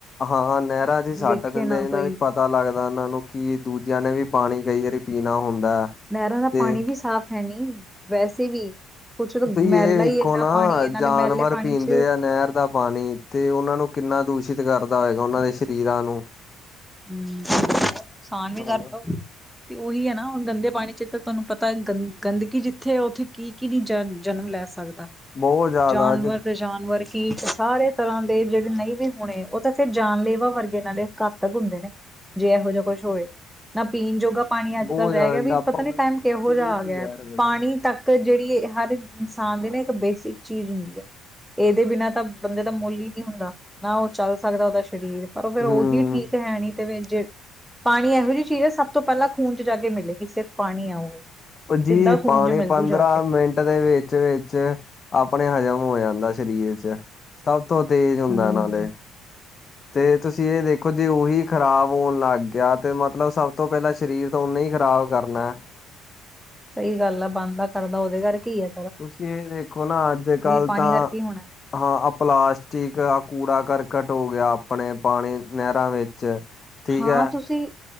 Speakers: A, on the left (about 40°); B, in the centre.
A: ਹਾਂ ਨਹਿਰਾ ਜੀ ਸੱਟ
B: ਵੇਖੇ
A: ਦਿੰਦੇ
B: ਨਾ
A: ਇਹਨਾਂ
B: ਕੋਈ
A: ਨੇ ਪਤ ਪਤਾ ਲੱਗਦਾ ਇਹਨਾਂ ਨੂੰ ਕਿ ਦੂਜਿਆਂ ਨੇ ਵੀ ਪਾਣੀ ਕਈ ਵਾਰੀ ਪੀਣਾ ਹੁੰਦਾ।
B: ਨਹਿਰਾਂ ਦਾ
A: ਤੇ
B: ਪਾਣੀ ਵੀ ਸਾਫ਼ ਹੈਨੀ ਵੈਸੇ ਵੀ ਕੁਛ ਤਾਂ
A: ਤੁਸੀਂ
B: ਮੈਲਾ
A: ਇਹ ਵੇਖੋ
B: ਹੀ ਇੰਨਾ
A: ਨਾ
B: ਪਾਣੀ ਹੈ ਨਾਲੇ
A: ਜਾਨਵਰ
B: ਮੈਲੇ ਪਾਣੀ
A: ਪੀਂਦੇ
B: ਚ
A: ਆ ਨਹਿਰ ਦਾ ਪਾਣੀ ਤੇ ਉਹਨਾਂ ਨੂੰ ਕਿੰਨਾ ਦੂਸ਼ਿਤ ਕਰਦਾ ਹੋਏਗਾ, ਉਹਨਾਂ ਦੇ ਸਰੀਰਾਂ ਨੂੰ
B: ਹੂੰ ਉਹ ਨੁਕਸਾਨ ਵੀ ਕਰਦਾ
A: ਹਨਾ
B: ਤੇ ਉਹੀ ਐ ਨਾ ਹੁਣ ਗੰਦੇ ਪਾਣੀ ਚ ਤਾਂ ਥੋਨੂੰ ਪਤਾ ਗੰਦਗੀ ਜਿੱਥੇ ਉੱਥੇ ਕੀ-ਕੀ ਨੀ ਜ ਜਨਮ ਲੈ ਸਕਦਾ।
A: ਬਹੁਤ ਜ਼ਿਆਦਾ
B: ਜਾਨਵਰ
A: ਜੇ
B: ਤੇ ਜਾਨਵਰ ਕੀ ਸਾਰੇ ਤਰ੍ਹਾਂ ਦੇ ਜਿਹੜੇ ਨਹੀਂ ਵੀ ਹੋਣੇ ਉਹ ਤਾਂ ਜਾਨਲੇਵਾ ਵਰਗੇ ਇਹਨਾਂ ਦੇ ਹੁੰਦੇ ਨੇ ਜੇ ਇਹੋ ਜਿਹਾ ਕੁਛ ਹੋਵੇ ਨਾ ਪੀਣ ਜੋਗਾ ਪਾਣੀ ਅੱਜ
A: ਬਹੁਤ
B: ਕੱਲ ਰਹਿ
A: ਜ਼ਿਆਦਾ
B: ਗਿਆ ਵੀ
A: ਜੀ ਆਪਾਂ
B: ਪਤਾ ਨੀ
A: ਹੁਣ
B: ਟਾਈਮ ਕਿਹੋ
A: ਕਿਹਨੂੰ
B: ਜਿਹਾ ਆ
A: ਹੀ
B: ਗਿਆ
A: ਕਹਿ ਸਕਦੇ
B: ਪਾਣੀ
A: ਹਾਂ।
B: ਤੱਕ ਇੱਕ ਜਿਹੜੀ ਹਰ ਇਨਸਾਨ ਦੇ ਨਾ ਇੱਕ ਬੇਸਿਕ ਚੀਜ਼ ਹੁੰਦੀ ਹੈ। ਇਹਦੇ ਬਿਨਾਂ ਤਾਂ ਬੰਦੇ ਦਾ ਮੁੱਲ ਹੀ ਨਹੀਂ‌ ਹੁੰਦਾ ਨਾ ਉਹ ਚੱਲ ਸਕਦਾ ਉਹਦਾ ਸਰੀਰ ਪਰ ਫਿਰ ਉਹੀ
A: ਹੂੰ,
B: ਠੀਕ ਹੈਣੀ ਦੇ ਵਿੱਚ ਪਾਣੀ ਇਹੋ ਜਿਹੀ ਚੀਜ਼ ਹੈ ਸਭ ਤੋਂ ਪਹਿਲਾਂ ਖੂਨ ਚ ਜਾ ਕੇ ਮਿਲੇਗੀ ਸਿਰਫ ਪਾਣੀ ਆ ਉਹ
A: ਭੱਜੀ
B: ਸਿੱਧਾ ਖੂਨ
A: ਪਾਣੀ
B: ਚ ਮਿਲਜੂ
A: ਪੰਦਰਾਂ
B: ਜਾ ਕੇ
A: ਮਿੰਟ ਦੇ ਵਿੱਚ ਚ ਆਪਣੇ ਹਜ਼ਮ ਹੋ ਜਾਂਦਾ ਸਰੀਰ ਚ ਸਭ ਤੋਂ ਤੇਜ਼ ਹੁੰਦਾ
B: ਹਮ
A: ਨਾਲੇ ਤੇ ਤੁਸੀਂ ਇਹ ਦੇਖੋ ਜੇ ਉਹੀ ਖ਼ਰਾਬ ਹੋਣ ਲੱਗ ਗਿਆ ਤੇ ਮਤਲਬ ਸਭ ਤੋਂ ਪਹਿਲਾਂ ਸਰੀਰ ਉਹਨੇ ਹੀ ਖ਼ਰਾਬ ਕਰਨਾ
B: ਸਹੀ ਗੱਲ ਆ ਬੰਦਾ ਕਰਦਾ ਉਹਦੇ ਘਰ ਕੀ ਆ
A: ਤੁਸੀਂ ਇਹ ਦੇਖੋ ਨਾ ਅੱਜ ਕੱਲ
B: ਪਾਣੀ
A: ਤਾਂ
B: ਕਰਕੇ ਹੀ ਹੋਣਾ
A: ਹਾਂ ਆ ਪਲਾਸਟਿਕ ਆਹ ਕੂੜਾ ਕਰਕਟ ਹੋ ਗਿਆ ਆਪਣੇ ਪਾਣੀ ਨਹਿਰਾਂ ਵਿੱਚ ਠੀਕ
B: ਹਾਂ
A: ਹੈ।
B: ਤੁਸੀਂ